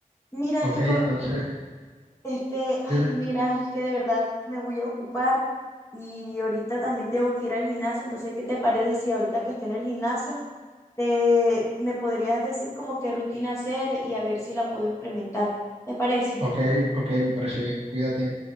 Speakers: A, on the left; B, on the right.
A: Mira,
B: ok,
A: Nico,
B: entonces,
A: este, ay,
B: dime.
A: mira, es que de verdad me voy a ocupar y ahorita también tengo que ir al gimnasio. Entonces, ¿qué te parece si ahorita que esté en el gimnasio, te, me podrías decir como qué rutina hacer y a ver si la puedo implementar? ¿Te parece?
B: Ok, ok, me parece bien. Cuídate.